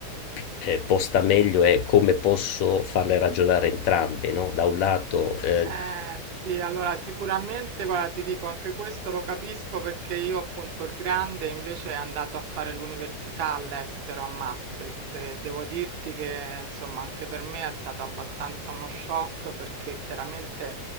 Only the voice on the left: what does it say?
p ehm, posta meglio è: come posso farle ragionare entrambi, no, da un lato, ehm